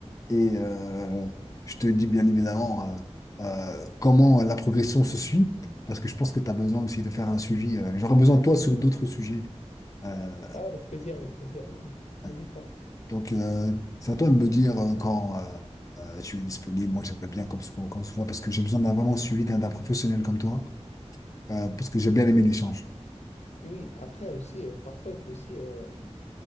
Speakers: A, on the left; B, on the left.
A: et euh, je te dis bien évidemment euh, euh, comment la progression se suit, parce que je pense que tu as besoin aussi de faire un suivi. euh, j'aurais besoin de toi sur d'autres sujets. Euh,
B: Ah, avec plaisir, avec plaisir, euh, non. N'hésite
A: euh,
B: pas.
A: donc, euh, c'est à toi de me dire euh, quand euh, euh, tu es disponible. Moi, j'aimerais bien qu'on se, qu'on se voit parce que j'ai besoin d'un vraiment suivi d'un d'un professionnel comme toi, euh, parce que j'ai bien aimé l'échange.
B: Oui, après aussi, euh, parfois, il faut aussi euh,